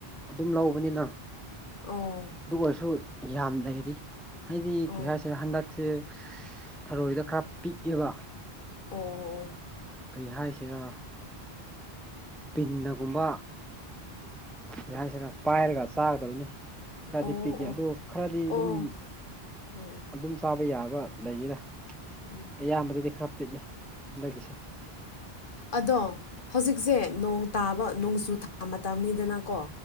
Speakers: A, in the centre; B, on the left.
A: ꯑꯗꯨꯝ ꯂꯧꯕꯅꯤꯅ
B: ꯑꯣ
A: ꯑꯗꯨ ꯑꯣꯏꯔꯁꯨ ꯌꯥꯝ ꯂꯩꯔꯤ ꯍꯥꯏꯗꯤ
B: ꯑꯣ
A: ꯀꯔꯤ ꯍꯥꯏꯁꯤꯔꯥ ꯍꯟꯗꯛꯁꯦ ꯊꯔꯣꯏꯗ ꯈꯔ ꯄꯤꯛꯑꯦꯕ
B: ꯑꯣ ꯑꯣ
A: ꯀꯔꯤ ꯍꯥꯏꯁꯤꯔ ꯄꯤꯟꯅꯒꯨꯝꯕ ꯀꯩ ꯍꯥꯏꯁꯤꯅ ꯄꯥꯏꯔꯒ ꯆꯥꯒꯗꯕꯅꯤ ꯈꯔꯗꯤ
B: ꯑꯣ ꯑꯣ
A: ꯄꯤꯛꯑꯦ
B: ꯑꯣ
A: ꯑꯗꯨ ꯈꯔꯗꯤ
B: ꯑꯣ
A: ꯑꯗꯨꯝ
B: ꯎꯝ
A: ꯑꯗꯨꯝ ꯆꯥꯕ ꯌꯥꯕ ꯂꯩꯌꯦꯅ
B: ꯎꯝ
A: ꯑꯌꯥꯝꯕꯗꯗꯤ ꯈꯔ ꯄꯤꯛꯑꯦ ꯍꯟꯗꯛꯀꯤꯁꯦ
B: ꯑꯗꯣ ꯍꯧꯖꯤꯛꯁꯦ ꯅꯣꯡ ꯇꯥꯕ ꯅꯣꯡꯖꯨ ꯊꯥ ꯃꯇꯝꯅꯤꯗꯅꯀꯣ